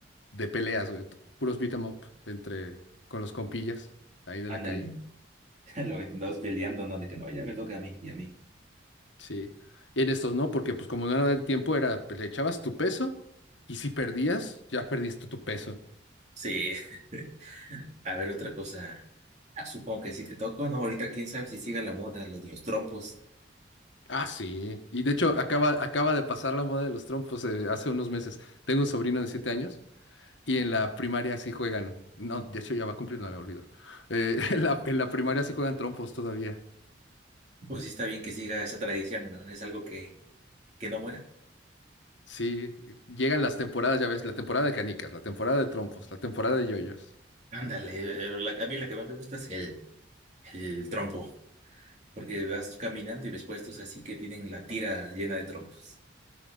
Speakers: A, on the left (about 75°); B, on the right (about 35°).
A: de peleas, güey. Puros beat 'em up entre, con los compillas ahí de
B: Ándale,
A: la calle.
B: <laughs> lo andabas peleando, ¿no? De que no, ya me toca a mí y a mí.
A: Sí. En estos no, porque pues como no era de tiempo, era, pues, le echabas tu peso y si perdías, ya perdiste tu peso.
B: Sí, <laughs> a ver, otra cosa. Ah, supongo que sí te tocó, ¿no? Ahorita quién sabe si siga la moda, lo de los trompos.
A: Ah, sí. Y de hecho, acaba, acaba de pasar la moda de los trompos eh, hace unos meses. Tengo un sobrino de siete años y en la primaria sí juegan. No, de hecho ya va a cumplir, no me olvido. Eh, <laughs> en la, en la primaria sí juegan trompos todavía.
B: Pues sí está bien que siga esa tradición, ¿no? Es algo que, que no muera.
A: Sí, llegan las temporadas, ya ves, la temporada de canicas, la temporada de trompos, la temporada de yoyos.
B: Ándale, eh, la- a mí la que más me gusta es el, el trompo, porque vas caminando y ves puestos así que tienen la tira llena de trompos.